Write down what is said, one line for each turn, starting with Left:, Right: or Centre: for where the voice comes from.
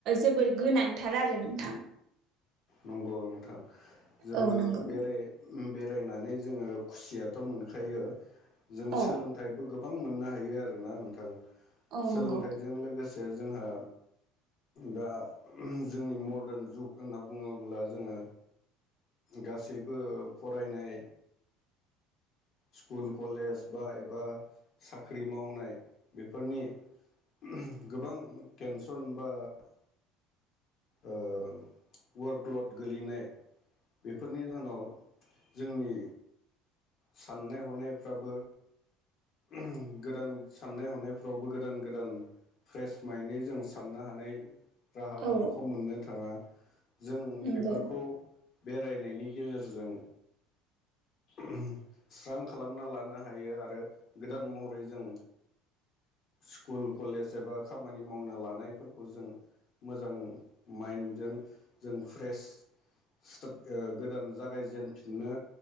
Right: जोबोर गोनांथार आरो नोंथां।
Left: नंगौ नोंथां जोङो
Right: औ नंगौ
Left: बेरे उम बेरायनानै जोङो खुसियाथ मोनखायो। जों
Right: औ
Left: सोलोंथाइबो गोबां मोननो हायो आरोना नोंथां।
Right: औ
Left: सोलोंथाइजों
Right: नंगौ
Left: लोगोसे जोंहा दा जोंनि मदार्न जुग होनना बुङोब्ला जोङो गासैबो फरायनाय स्कुल कलेज बा एबा साख्रि मावनाय बेफोरनि ओम गोबां टेनसन बा। <unintelligible> ओ वारफ्लद गोलैनाय बेफोरनि जाहोनाव जोंनि साननाय हनायफ्राबो ओम गोदान साननाय हनायफ्रावबो गोदान गोदान फ्रेस मायेननि जों साननो हानाय राहा लामाखौ
Right: औ
Left: मोननो थाङा। जों
Right: नंगौ
Left: बेफोरखौ बेरायनायनि गेजेरजों उम स्रां खालामना लानो हायो आरो गोदान महरै जों स्कुल कलेज एबा खामानि मावनो लानायफोरखौ जों मोजां माइन्दजों जों फ्रेस सिटाट ओ गोदान जागायजेनफिननो